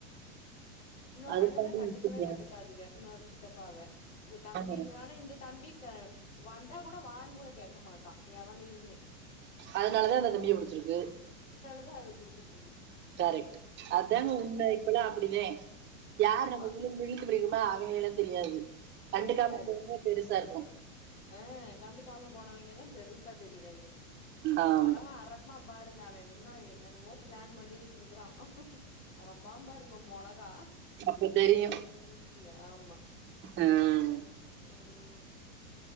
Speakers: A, on the left; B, on the right.
A: இன்னொரு
B: அதுக்காண்டி
A: அண்ணன்னா கண்டுக்கவே
B: இப்டியா
A: கண்டுக்காதுக இன்னோரு சித்தப்பாவ உவ தம்பிங்க
B: ஆ
A: ஆனா இந்த தம்பி க வந்தா கூட வான் கூட கேட்க மாட்டா எவனையுமே
B: அதனாலதா இந்த தம்பிய புடிச்சிருக்கு
A: ந அத புடிச்சிருக்குது
B: கரெக்ட் டு அதாங்க
A: ஆமா.
B: உண்ம இப்பல்லா அப்படிதே யார்
A: ஆமா.
B: நம்ம விழுந்து விழுந்து படிக ஆ அவங்களலெல்லா தெரியாது கண்டுக்காம
A: தெரியாது
B: போங்க பெருசாருக்கு
A: ஆ கண்டுக்காம போனவய்ங்கதா பெருசா தெரிறாய்ங்க
B: ஆமா
A: மொளகா அறப்பாம் பாருங்க அவ உன்னு என்னென்னவோ பிளான் பண்ணிகிட்ருக்குறா அ அறப்பா பாருங்க மொளகா
B: அப்ப தெரியும்
A: இதுக மூஞ்சில ஆமா
B: ஆஹ்.
A: ம்